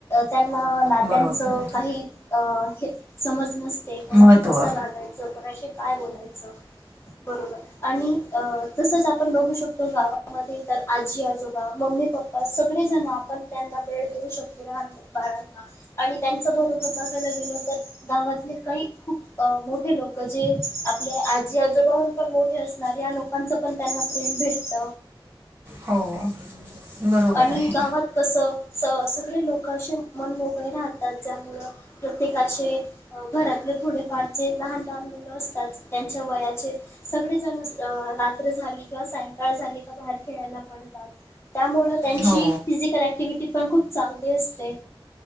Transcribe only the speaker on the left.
त्यांना नात्याचं
काही हे समज नसते. कोणाशी
कोणाशी कसं बोलायचं काय बोलायचं बरोबर आणि तसंच आपण बघू शकतो. गावामध्ये तर आजी आजोबा मम्मी पप्पा सगळेजण आपण त्यांना वेळ देऊ शकतो. लहान बाळांना आणि त्यांच बरोबर बघायला गेलो. तर गावातले काही खूप अ मोठे लोक जे आपल्या आजी आजोबाहून पण पण मोठे असणार या लोकांच पण त्यांना प्रेम भेटत.
आणि
गावात कसं! सगळे लोक असे मन मोकळे राहात त्यामुळे प्रत्येकाचे घरातले थोडे फारचे लहान लहान मुलं असतात. त्यांच्या वयाचे सगळे जण अ रात्र झाली. का सायंकाळ झाली. का बाहेर खेळायला पडतात. त्यामुळ त्यांची
फिजिकल ऍक्टिव्हटी पण खूप चांगली असते.